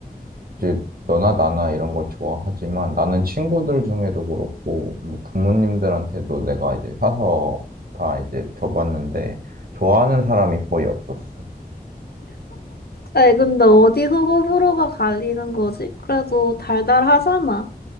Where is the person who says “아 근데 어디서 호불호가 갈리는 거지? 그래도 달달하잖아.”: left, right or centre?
Left